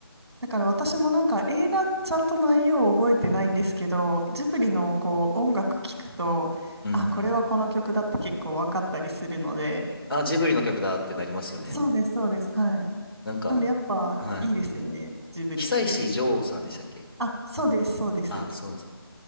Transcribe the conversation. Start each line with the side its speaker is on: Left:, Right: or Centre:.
Centre: だから私もなんか映画ちゃんと内容を覚えてないんですけど、ジブリのこう音楽聴くと、
Left: うんうん。
Centre: あ、これはこの曲だって結構分かったりするので、
Left: あ、ジブリの曲だってなりますよね。
Centre: そうです、そうです。はい。
Left: なんか、
Centre: なんでやっぱいいですよね、
Left: はい。
Centre: ジブリって。
Left: 久石譲さんでしたっけ
Centre: あ、そうです、そうです。
Left: あ、そうだそうだ。